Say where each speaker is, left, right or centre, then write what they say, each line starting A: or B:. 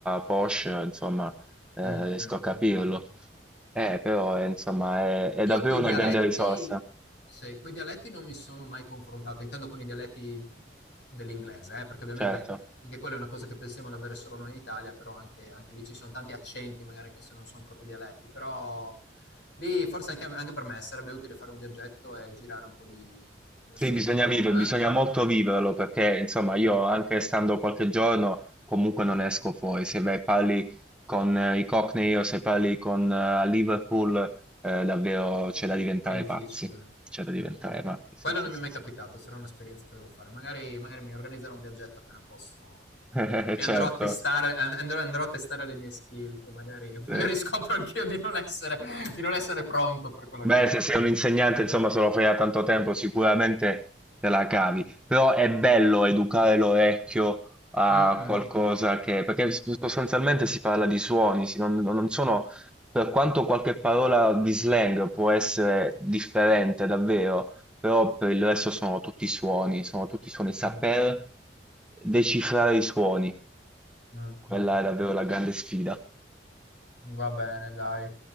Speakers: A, in the centre; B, on the left.
A: Porsche, insomma, eh,
B: Mh, mh,
A: riesco
B: mh, mh,
A: a capirlo.
B: mh, mh, mh.
A: Eh, però, eh, insomma, è, è
B: Io
A: davvero
B: coi
A: una
B: dialetti,
A: grande risorsa,
B: sì, coi dialetti non mi sono mai confrontato, intendo con i dialetti dell'inglese, eh, perché ovviamente
A: certo.
B: anche quella è una cosa che pensiamo di avere solo noi in Italia, però anche, anche lì ci sono tanti accenti, magari anche se non sono proprio dialetti, però lì forse anche, anche per me sarebbe utile fare un viaggetto e girare un po' di
A: Sì,
B: sud,
A: bisogna
B: nord,
A: vivere,
B: eh?
A: bisogna molto viverlo perché insomma io
B: Eh.
A: anche stando qualche giorno comunque non esco fuori, se vai parli con eh, i Cockney o se parli con eh, a Liverpool eh, davvero c'è da diventare
B: È difficile,
A: pazzi, c'è da diventare
B: eh.
A: matti, sì
B: Quello
A: sì
B: non mi
A: sì
B: è mai
A: sì,
B: capitato, sarà un'esperienza che dovrò fare. Magari magari mi organizzerò un viaggetto appena posso
A: <laughs>
B: e
A: certo.
B: andrò a testare a andrò andrò a testare le mie skill che magari <laughs> magari
A: Sì.
B: scopro anch'io di non essere di non essere pronto per quella
A: Beh,
B: cosa
A: se
B: lì.
A: sei un insegnante, insomma, se lo fai da tanto tempo, sicuramente te la cavi. Però è bello educare l'orecchio a
B: Mh-mh.
A: qualcosa che... Perché sostanzialmente si parla di suoni, si- non, non sono... Per quanto qualche parola di slang può essere differente, davvero, però per il resto sono tutti suoni, sono tutti suoni. Saper
B: Mh.
A: decifrare i suoni,
B: Mh,
A: quella
B: mh, mh,
A: è davvero
B: mh,
A: la
B: mh.
A: grande sfida.
B: Va bene dai.